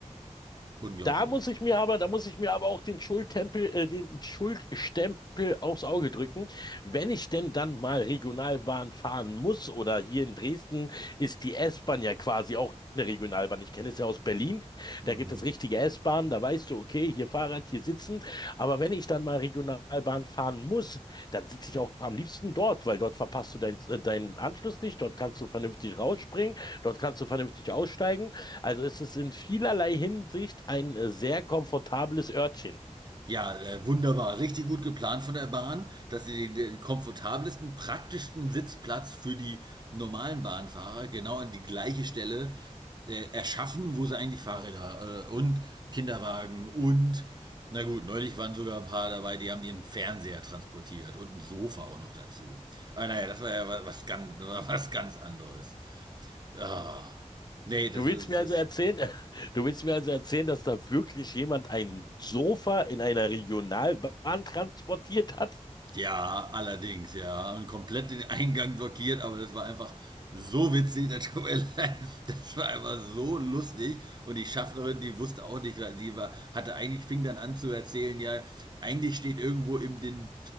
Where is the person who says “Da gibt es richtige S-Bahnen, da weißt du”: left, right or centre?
Left